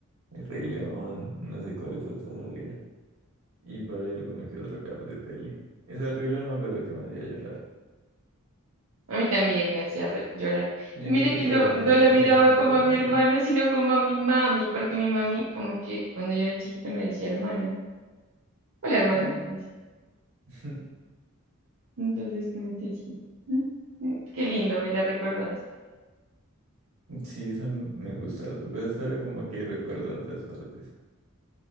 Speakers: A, on the right (about 85°); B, on the right (about 65°).
A: El Rey León, no sé cuáles otras había. Y por ahí alguno que otro cap de tele. Esa del Rey León me acuerdo que me hacía llorar.
B: a mí también me hacía re- llorar.
A: Yo
B: Y mira
A: creo que
B: que
A: todas
B: no,
A: las niñas
B: no
A: no
B: la
A: tienen
B: miraba
A: un trauma
B: como a mi
A: ahí.
B: hermano, sino como a mi mami, porque mi mami como que cuando yo era chiquita me decía hermana. Hola, hermana.
A: Mm.
B: me decía.
A: <laughs>
B: Entonces como que sí. "Mm, mm, Qué lindo, me la recordaste.
A: Sí, esa me gusta harto, pero esta era como que recuerdo en otras partes.